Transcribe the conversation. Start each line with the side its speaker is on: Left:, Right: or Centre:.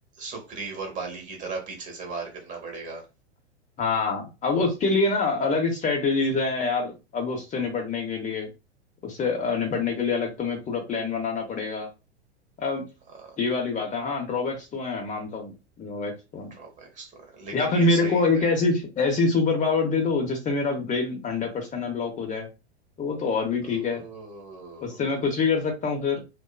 Right: सुग्रीव और बाली की तरह पीछे से वार करना पड़ेगा
Left: हाँ अब उसके लिए ना अलग स्ट्रेटजीज हैं यार अब उससे निपटने के लिए उससे अ, निपटने के लिए अलग तुम्हें पूरा प्लान बनाना पड़ेगा अब
Right: हाँ
Left: ये वाली बात है हाँ ड्रॉबैक्स तो हैं मानता हूँ ड्रॉबैक्स तो हैं
Right: ड्रॉबैक्स तो है लेकिन
Left: या फिर
Right: ये
Left: मेरे
Right: सही
Left: को
Right: है
Left: एक
Right: भाई
Left: ऐसी ऐसी सुपर पावर दे दो जिससे मेरा ब्रेन हंड्रेड परसेंट अनलॉक हो जाए तो वो तो और भी ठीक
Right: ओह
Left: है उससे मैं कुछ भी कर सकता हूँ फिर